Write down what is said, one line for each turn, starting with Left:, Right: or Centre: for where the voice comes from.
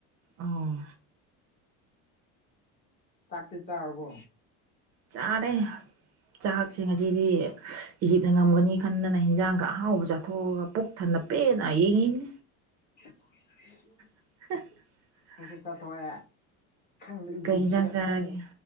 Right: ꯑꯣ
Left: ꯆꯥꯛꯇꯤ ꯆꯥꯔꯕꯣ
Right: ꯆꯥꯔꯦ ꯆꯥꯛꯁꯤ
Left: ꯑꯣ
Right: ꯉꯁꯤꯗꯤ ꯏꯖꯤꯞꯅ ꯉꯝꯒꯅꯤ ꯈꯟꯗꯅ ꯍꯤꯟꯖꯥꯡꯒ ꯑꯍꯥꯎꯕ ꯆꯥꯊꯣꯛꯑꯒ ꯄꯨꯛ ꯊꯟꯅ ꯄꯦꯟꯅ ꯌꯦꯡꯉꯤꯅꯤ
Left: <unintelligible>
Right: <unintelligible>
Left: ꯈꯣꯏꯖꯨ ꯆꯥꯊꯣꯛꯑꯦ ꯈꯪꯗꯦ ꯏꯖꯤꯞꯁꯦ
Right: ꯀꯩ ꯌꯦꯟꯖꯥꯡ ꯆꯥꯔꯒꯦ
Left: ꯃꯣꯏ